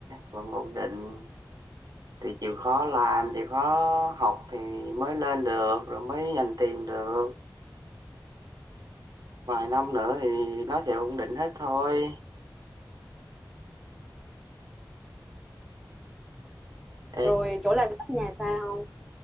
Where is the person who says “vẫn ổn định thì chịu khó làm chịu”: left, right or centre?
Right